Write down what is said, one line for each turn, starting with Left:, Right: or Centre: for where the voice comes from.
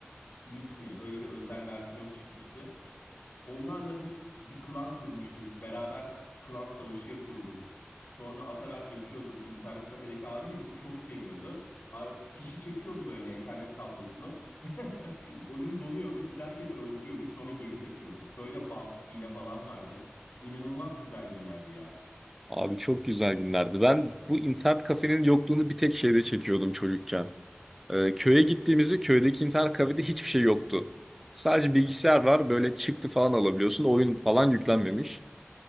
Left: Smith mi? Öyle bir özel versiyon çıkmıştı. Onlarla biz bir klan kurmuştuk. Beraber klan savaşı yapıyorduk. Sonra Ataberk geçiyordu. İnternet kafedeki abi de bizi çok seviyordu. Ar- Fişi çekiyordu böyle Ethernet kablosunu. <laughs> Oyun donuyordu. Biz herkesi öldürüyorduk. Sonra geri takıyordu. Böyle bug, hile falan vardı. İnanılmaz güzel günlerdi ya.
Centre: Abi çok güzel günlerdi. Ben bu internet kafenin yokluğunu bir tek şeyde çekiyordum çocukken. Ee, köye gittiğimizde köydeki internet kafede hiçbir şey yoktu. Sadece bilgisayar var böyle çıktı falan alabiliyorsun. Oyun falan yüklenmemiş.